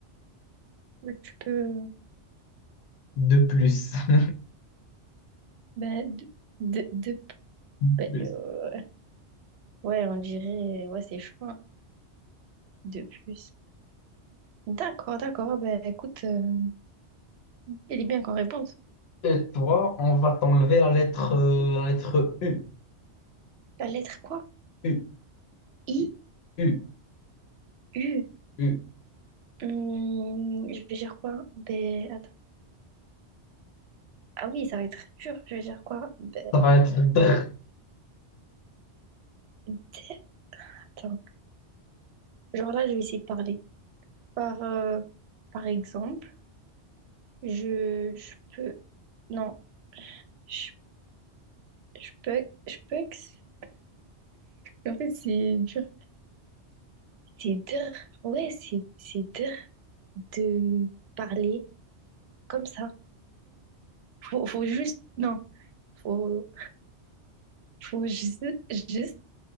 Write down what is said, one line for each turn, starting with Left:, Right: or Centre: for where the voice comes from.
Right: mais tu peux.
Left: de plus. <laughs>
Right: Bah, de, de, de-
Left: De
Right: bah,
Left: plus.
Right: euh, Ouais, on dirait. Ouais, c'est chaud. hein, de plus. D'accord, d'accord. Ben écoute, euh, elle est bien qu'en réponse.
Left: Et toi, on va t'enlever la lettre, euh, la lettre U.
Right: La lettre quoi?
Left: U,
Right: I,
Left: U,
Right: U.
Left: U.
Right: Hum, je vais dire quoi? Ben attends. Ah oui, ça va être dur. Je vais dire quoi? Ben,
Left: Ça va être dr.
Right: D. Attends. Genre là, je vais essayer de parler. Par, euh, par exemple. Je, je peux. Non, je, je peux. Je peux. ex- En fait, c'est dur. C'est dur. Ouais, c'est c'est dur de parler comme ça. Faut, faut juste. Non. Faut, faut juste, juste